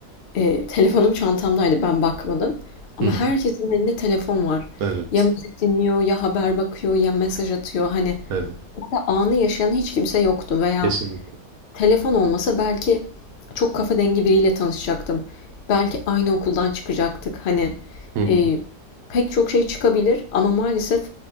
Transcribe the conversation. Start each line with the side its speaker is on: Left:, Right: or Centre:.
Left: Eee, telefonum çantamdaydı, ben bakmadım ama
Right: Hı hı.
Left: herkesin elinde telefon var.
Right: Evet.
Left: Ya müzik dinliyor, ya haber bakıyor, ya mesaj atıyor. Hani
Right: Evet.
Left: ve anı yaşayan hiç kimse yoktu veya
Right: Kesinlikle.
Left: telefon olmasa belki çok kafa dengi biriyle tanışacaktım. Belki aynı okuldan çıkacaktık. Hani,
Right: Hı hı.
Left: eee, pek çok şey çıkabilir ama maalesef